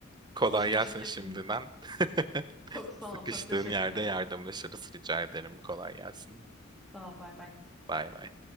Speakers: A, on the right; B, in the centre.
A: kolay
B: Alışverişimi
A: gelsin
B: yapayım.
A: şimdiden. <laughs>
B: Çok sağ
A: Sıkıştığın
B: ol. Çok teşekkür
A: yerde
B: ederim.
A: yardımlaşırız rica ederim. Kolay gelsin.
B: Sağ ol. Bay bay.
A: Bay bay.